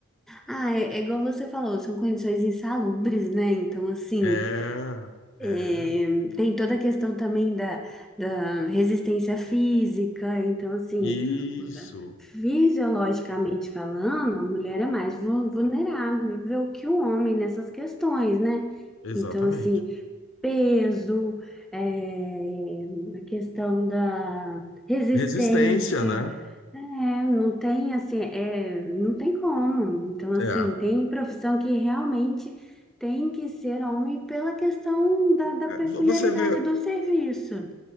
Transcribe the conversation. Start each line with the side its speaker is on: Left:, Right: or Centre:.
Centre: Ah, é, é igual você falou, são condições insalubres, né? Então, assim,
Left: É, é,
Centre: é, tem toda a questão também da, da resistência física. Então, assim,
Left: isso,
Centre: fisiologicamente falando, a mulher é mais vu- vulnerável que o homem nessas questões, né?
Left: exatamente.
Centre: Então, assim, peso, eh, a questão da resistência.
Left: Resistência, né?
Centre: É, não tem assim, é, não tem como. Então, assim,
Left: É.
Centre: tem profissão que realmente tem que ser homem pela questão da, da
Left: É,
Centre: peculiaridade
Left: vo- Você vê,
Centre: do serviço.